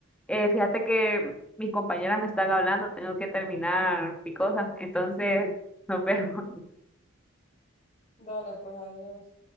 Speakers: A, in the centre; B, on the left.
A: eh, fíjate que mis compañeras me están hablando, tengo que terminar mi cosa, entonces nos <laughs> vemos.
B: Dale, pues, adiós.